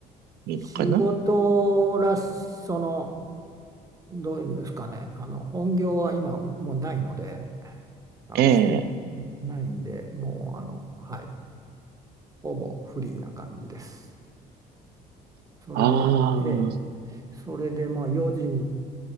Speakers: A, on the right (about 70°); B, on the right (about 20°).
A: いいのかな。
B: 仕事らし、その、どういうんですかね、あの、本業は今もうないので、あのして
A: ええ。
B: ないんで、もうあの、はい、ほぼフリーな感じです。それで、
A: ああ。
B: ええ、それでまあ4時に